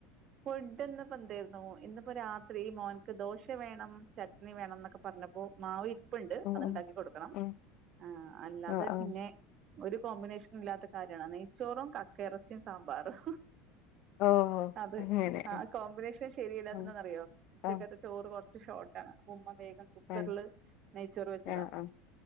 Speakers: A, on the right; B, on the left.
A: ഫുഡ് ഇന്ന് ഇപ്പ എന്തേര്ന്നു ഇന്ന്പ്പോ രാത്രി മോൻക്ക് ദോശ വേണം ച ട്ട്ണി വേണം ന്നൊക്കെ പറഞ്ഞപ്പോ മാവ് ഇ പ്പ്ണ്ട്
B: ഉം
A: അത്
B: ഉം
A: ഇണ്ടാക്കി കൊടുക്കണം
B: ഉം
A: ആഹ് അല്ലാതെ
B: ആഹ് ആഹ്
A: പിന്നെ ഒരു കോമ്പിനേഷ്നും ഇല്ലാത്ത കാര്യണ് നെയ്ച്ചോറും കക്ക എറച്ചിം സാമ്പാറും
B: ഓഹ്
A: അത്
B: അങ്ങനെ
A: ആ കോമ്പിനേഷൻ ശരിയല്ലാത്തത്
B: ആഹ്
A: ന്തന്നാ അറിയോ ഉച്ചക്കത്തെ
B: ആഹ്
A: ചോ ചോറ് കൊറച്ച് ഷോട്ടാൺ അപ്പ ഉമ്മ വേഗം കുക്കർല്
B: ആഹ്
A: നെയ്ച്ചോറ് വെച്ചതാ
B: ആഹ്